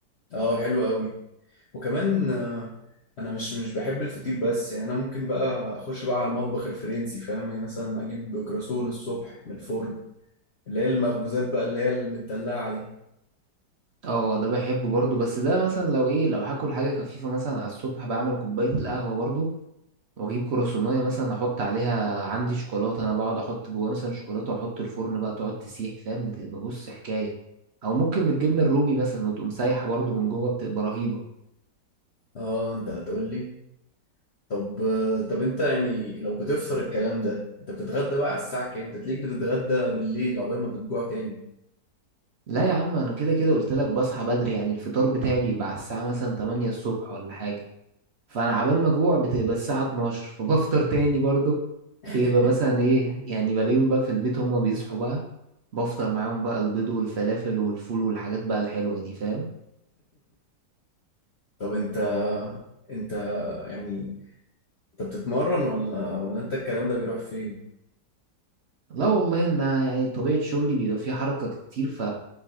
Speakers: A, on the left; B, on the right.
A: اه حلو قوي وكمان آه انا مش مش بحب الفطير بس يعني انا ممكن بقى اخش بقى على المطبخ الفرنسي فاهم يعني مثلا اجيب كراسون الصبح من الفرن اللي هي المخبوزات بقى اللي هي المدلعة دي
B: اه ده بحبه برضو بس ده مثلا لو ايه لو هاكل حاجه خفيفه مثلا على الصبح بعمل كوبايه القهوه برضو واجيب كرواسونيه مثلا احط عليها عندي شوكولاته انا بقعد احط جواها مثلا شوكولاته واحط الفرن بقى تقعد تسيح فاهم بتبقى بص حكايه او ممكن بالجبنه الرومي مثلا وتقوم سايحه برضو من جوه بتبقى رهيبه
A: اه انت هتقول لي طب طب انت يعني لو بتفطر الكلام ده انت بتتغدى بقى على الساعة كام؟ انت تليك بتتغدى بالليل عقبال ما بتجوع تاني
B: لا يا عم انا كده كده قلت لك بصحى بدري يعني الفطار بتاعي بيبقى على الساعه مثلا 8 الصبح ولا حاجه فانا عبال ما اجوع بتبقى الساعه 12 فبفطر تاني برضو
A: <laughs>
B: بيبقى مثلا ايه يعني بلاقيهم بقى في البيت هما بيصحوا بقى بفطر معاهم بقى البيض والفلافل والفول والحاجات بقى الحلوه دي فاهم
A: طب انت انت يعني انت بتتمرن ولا ولا انت الكلام ده بيروح فين؟
B: لا والله ان يعني طبيعه شغلي بيبقى فيه حركه كتير ف